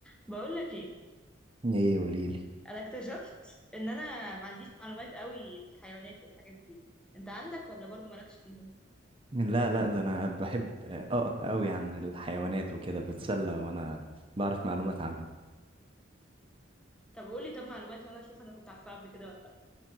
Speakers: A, in the centre; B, on the right.
A: بقول لك ايه
B: ايه قوليلي
A: انا اكتشفت ان انا ما عنديش معلومات قوي في الحيوانات والحاجات دي انت عندك ولا برضو مالكش فيهم
B: لا لا ده انا بحب اقرا قوي عن الحيوانات وكده بتسلى وانا بعرف معلومات عنهم
A: طب قولي طب معلومات وانا اشوف انا كنت عارفاها قبل كده ولا لا